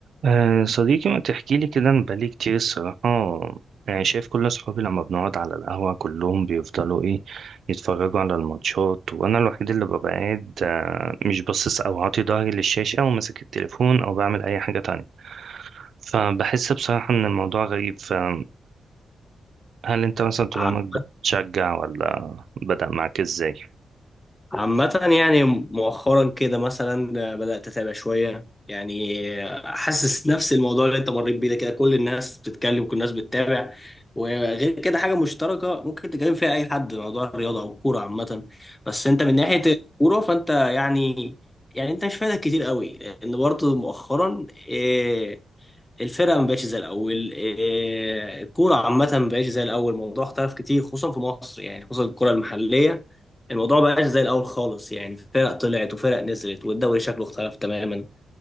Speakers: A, on the right; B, on the left.
A: أه صديقي ما تحكي لي كده انا بقالي كتير الصراحة يعني شايف كل اصحابي لما بنقعد على القهوة كلهم بيفضلوا ايه يتفرجوا على الماتشات وانا الوحيد اللي ببقى قاعد آه، مش باصص او عاطي ظهري للشاشة وماسك التليفون او بعمل اي حاجة تانية فبحس بصراحة ان الموضوع غريب فهل انت مثلا طول
B: عامة
A: عمرك بتشجع ولا بدأ معاك ازاي؟
B: عامة يعني مؤخرا كده مثلا بدأت أتابع شوية يعني حاسس نفس الموضوع اللي أنت مريت بيه ده كده كل الناس بتتكلم كل الناس بتتابع وغير كده حاجة مشتركة ممكن تتكلم فيها أي حد موضوع الرياضة أو الكورة عامة بس أنت من ناحية الكورة فأنت يعني يعني أنت مش فايدك كتير قوي لأن برضه مؤخرا آه، الفرقه ما بقتش زي الاول إيه، الكوره عامه ما بقتش زي الاول الموضوع اختلف كتير خصوصا في مصر يعني خصوصا الكوره المحليه الموضوع ما بقاش زي الاول خالص يعني فرق طلعت وفرق نزلت والدوري شكله اختلف تماما